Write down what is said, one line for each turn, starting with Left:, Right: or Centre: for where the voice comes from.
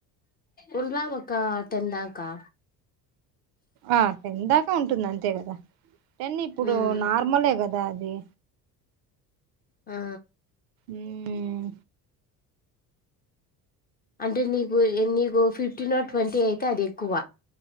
Left: ఉండ్ల ఒక టెన్ందాకా
Right: ఆ టెన్ దాక ఉంట్ అంతే కదా రండి ఇప్పుడు
Left: ఉమ్
Right: నార్మలే కదా అదా అది
Left: ఆ
Right: ఉమ్
Left: అంటే నీకు నీ ఫిఫ్టీన్ నాట్ ట్వంటీ అయితే అది ఎక్కువ